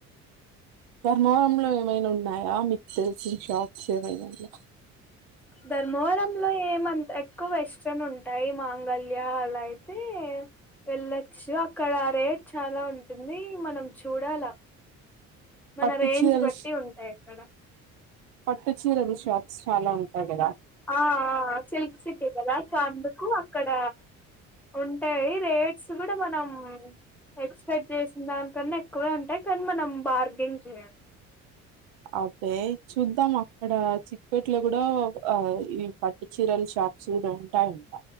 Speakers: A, on the right; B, in the centre.
A: ధర్మవరంలో ఏమైనా ఉన్నాయా మీకు తెలిసిన షాప్ ఏమైనా అందులో
B: ధర్మవరాం లో ఏమంత ఎక్కువ వెస్ట్రన్ ఉంటాయి మాంగళ్యా అలా అయితే వెళ్లచ్చు అక్కడ రేట్ చాలా ఉంటుంది మనం చూడాల మన
A: పట్టు
B: రేంజ్
A: చీరలు
B: బట్టి ఉంటాయి అక్కడ
A: పట్టు చీరలు షాప్స్ చాలా ఉంటాయి కదా
B: ఆ ఆ సిల్క్ సిటీ కదా చాంద్ కు అక్కడ ఉంటాయి రేట్స్ కూడా మనం ఎక్స్పెక్ట్ చేసిన దానికన్నా ఎక్కువే ఉంటాయి కానీ మనం బార్గెంగ్ చేయలి
A: అదే చూద్దాం అక్కడ చిక్పేట్లో కూడా ఈ పట్టు చీరలు షాప్స్ కూడా ఉంటాయంట